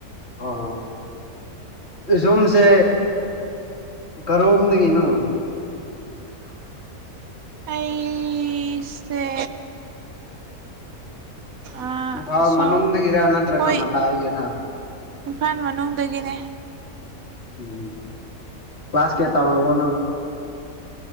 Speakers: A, on the left (about 45°); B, on the right (about 70°).
A: ꯑꯥ ꯁꯣꯝꯁꯦ ꯀꯔꯣꯝꯗꯒꯤꯅꯣ ꯑ
B: ꯑꯁꯦ ꯑ
A: ꯏꯝꯐꯥꯜ
B: ꯁꯣ
A: ꯃꯅꯨꯡꯗꯒꯤꯔ ꯅꯠꯇ꯭ꯔꯒ
B: ꯍꯣꯏ
A: ꯃꯇꯥꯏꯒꯤꯔ
B: ꯏꯝꯐꯥꯜ ꯃꯅꯨꯡꯗꯒꯤꯅꯦ
A: ꯎꯝ ꯀ꯭ꯂ꯭ꯂꯥꯥꯁ ꯀꯦ ꯇꯕꯅꯣ ꯐꯅ